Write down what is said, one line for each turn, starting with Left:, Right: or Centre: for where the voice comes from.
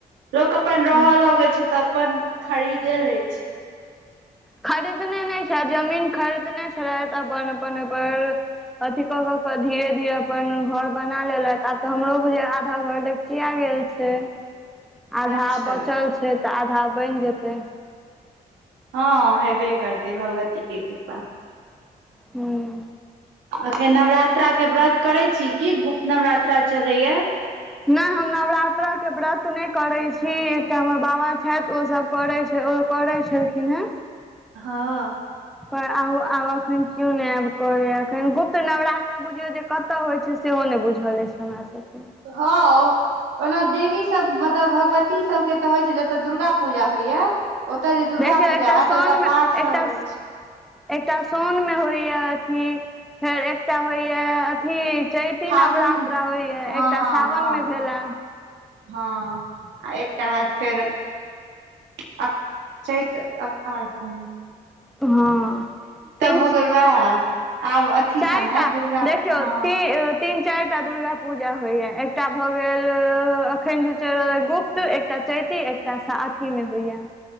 Right: लोक अपन रहऽ
Centre: हूँ
Right: लगैत छै तऽ, अपन खरीद दे, लै छै।
Centre: खरीदने नहि छैथ, जमीन खरीदने छलैथ, अपन -अपन ओप अथी कऽ कऽ के धीरे- धीरे अपन घर बना लेलथि, आब तऽ हमरो बुझे आधा घर ल किया गेल छै
Right: <inaudible>
Centre: आधा
Right: अच्छा
Centre: बचल छै, तऽ आधा बन जेतै।
Right: हँ हेबे करतै, भगवती के कृपा।
Centre: ह्म।
Right: अखेर नवरात्रा के व्रत करे छी की? गुप्त नवरात्रा चलैया।
Centre: नहि हम नवरात्रा के व्रत नहि करैत छी, एकटा हमर बाबा छथि ओसभ करैत छैथ। ओ करै छलखिन हेँ।
Right: हँ।
Centre: पर आब, आब अखन क्यू नहि आब करेय, एखन गुप्त नवरात्र बुझियौ जे कतय होइत छै, कत होई छई सेहो नहि बुझल अछि हमरा सभके।
Right: हँ, ओ ओना देवी सब, मतलब भगवती सबके तऽ होइ छै, जतय दुर्गा पूजा होइया। ओतय जे दुर्गा
Centre: देखियौ
Right: पूजा
Centre: एकटा
Right: हयत,
Centre: साउनमे
Right: तऽ ओतय पाठसभ
Centre: एकटा
Right: होइत छै।
Centre: एकटा सोउन मे होइया अथी, फेर एकटा होइया अथी। चैती
Right: फागुन
Centre: नवरात्र होइया
Right: हँ
Centre: एकटा सावनमे
Right: हँ हँ
Centre: भेलए।
Right: हँ आ एकटा हेत फेर अ चैत अख अखाढ़ सभमे
Centre: हाँ तीनच
Right: भऽ गेल वएह आब अथी
Centre: चारिटा
Right: सबमे हैत दुर्गा
Centre: देखिय
Right: हँ
Centre: ती तीन चारिटा दुर्गा पूजा होइया एकटा भऽ गेल अखन जे चलि रहल गुप्त चैती एकटा सा अथी में होइया।